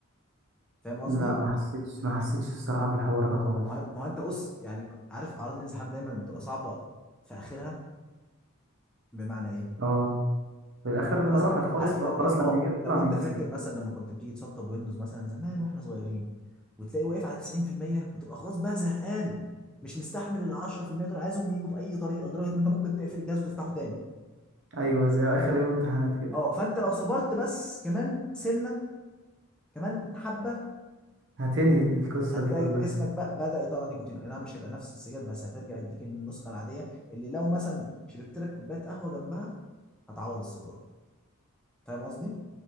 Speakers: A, in the centre; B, on the right.
A: فاهم قصدي
B: لا ما حسيتش ما حسيتش الصراحة بالحوار ده خالص
A: ما هو ما هو انت بص يعني ك- عارف اعراض الانسحاب دايما بتبقى صعبه في اخرها بمعنى ايه
B: اه في اخر
A: انت
B: المراحل
A: مثلا
B: خالص
A: عارف
B: اللي
A: لو
B: هو خلاص
A: لو اه
B: لما يجي يطلع
A: لو
B: من
A: انت
B: جسمك
A: فاكر مثلا لما كنت بتيجي تسطب ويندوز مثلا زمان واحنا صغيرين وتلاقي واقف على 90% وتبقى خلاص بقى زهقان مش مستحمل ال 10% دول عايزهم يجوا في اي طريقه لدرجه ان انت ممكن تقفل الجهاز وتفتحه تاني
B: ايوه زي اخر يوم امتحانات كده
A: اه فانت لو صبرت بس كمان سنه كمان حبه
B: هتنهي القصة
A: هتلاقي
B: دي كلها
A: جسمك بقى بدأ يطلع نيكوتين اي نعم مش هيبقى نفس السجاير بس هترجع يديك النسخه العاديه اللي لو مثلا شربت لك كوبايه قهوه جنبها هتعوض السيجاره فاهم قصدي؟